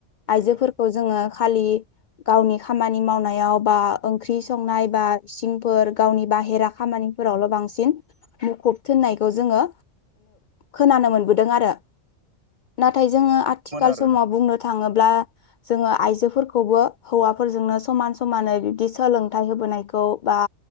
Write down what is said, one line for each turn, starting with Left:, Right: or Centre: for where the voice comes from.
Right: नंगौ
Left: आइजोफोरखौ जों। जङो खालि गावनि खामानि मावनायाव बा ओंख्रि संनाय बा। इसिंफोर गावनि बाहेरा खामानिफोरावल' बांसिन मुखुब थिोननायखौ जोङो। खोनानो मोनबोदों आरो नाथाय जोङो आथिखाल
Right: मोन आरो
Left: समाव
Right: ना
Left: बुंनो। थाङोब्ला जोङो आइजोफोरखौबो हौवाफोरजोंनो समान समानै बिब्दि सोलोंथायाइ होबोनायखौ खौ बा